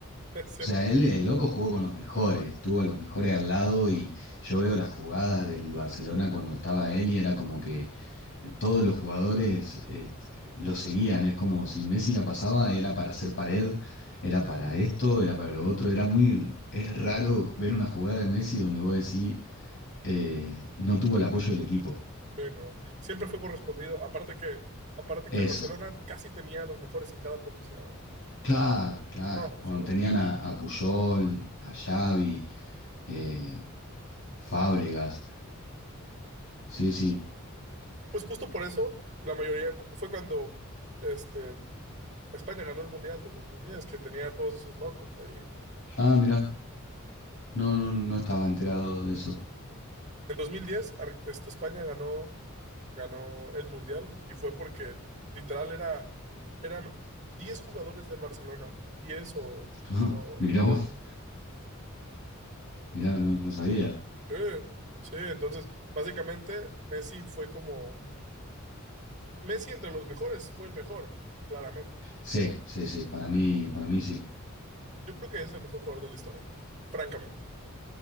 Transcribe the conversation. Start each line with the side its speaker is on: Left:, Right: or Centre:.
Right: Sí,
Left: O sea, él, el loco jugó con los mejores, tuvo a los mejores al lado y yo veo las jugadas del Barcelona cuando estaba él y era como que eh, todos los jugadores eh, t- lo seguían. Es como si Messi la pasaba, era para hacer pared, era para esto, era para lo otro. Era muy, es raro ver una jugada de Messi donde vos decís, eh, no tuvo el apoyo del equipo.
Right: sí, no, siempre fue correspondido, aparte que, aparte
Left: Eso,
Right: que el Barcelona casi tenía a los mejores en cada posición, entonces...
Left: Claro, claro.
Right: ah,
Left: Cuando
Right: sí.
Left: tenían a, a Puyol, a Xavi, eh, Fábregas. Sí, sí.
Right: Pues justo por eso, la mayoría cu- fue cuando este, España ganó el Mundial del 2010 que tenía a todos esos locos ahí.
Left: Ah, mirá. No, no, no estaba enterado de eso.
Right: En 2010, Ar- este, España ganó, ganó el Mundial y fue porque literal era, eran 10 jugadores del Barcelona, 10 o,
Left: <laughs>
Right: o,
Left: Mirá,
Right: o 9.
Left: vos, mirá, no, no sabía.
Right: Sí, sí, entonces básicamente Messi fue como... Messi entre los mejores fue el mejor, claramente.
Left: Sí, sí, sí, para mí, para mí sí.
Right: Yo creo que es el mejor jugador de la historia, francamente.